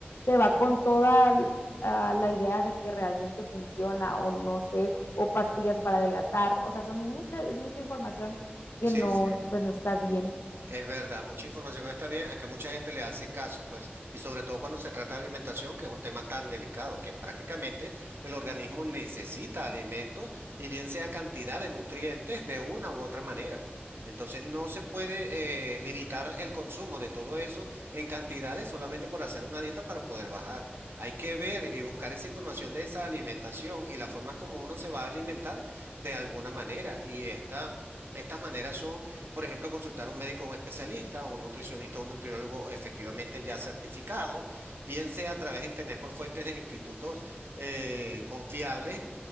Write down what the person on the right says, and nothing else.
Sí,
sí.
Es verdad, mucha información está bien, a que mucha gente le hace caso, pues, y sobre todo cuando se trata de alimentación, que es un tema tan delicado, que prácticamente el organismo necesita alimentos y bien sea cantidad de nutrientes de una u otra manera. Entonces no se puede eh, limitar el consumo de todo eso en cantidades solamente por hacer una dieta para poder bajar. Hay que ver y buscar esa información de esa alimentación y la forma como uno se va a alimentar de alguna manera. Y esta, estas maneras son por ejemplo, consultar a un médico, un especialista, un nutricionista, un nutriólogo efectivamente ya certificado, bien sea a través de internet por fuentes de institutos eh, confiables.